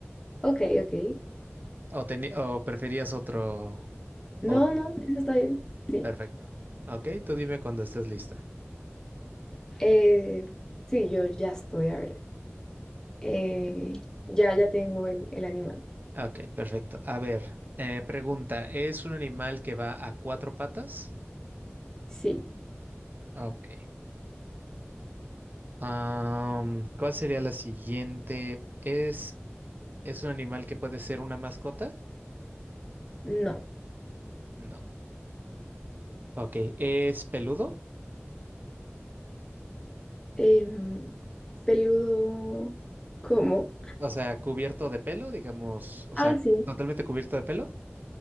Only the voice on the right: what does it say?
¿O, teni- o preferías otro?
Otro.
Perfecto. Ok, tú dime cuando estés lista.
Ok, perfecto. A ver, eh, pregunta, ¿es un animal que va a cuatro patas?
Ok. Am, ¿cuál sería la siguiente? ¿Es, es un animal que puede ser una mascota?
No. Ok, ¿es peludo?
O sea, cubierto de pelo, digamos, o
sea,
totalmente cubierto de pelo.